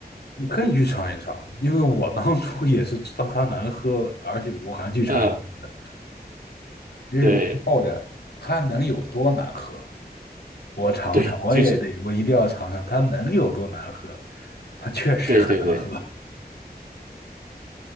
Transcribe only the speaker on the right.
呃，
对
对，
就是
对对对。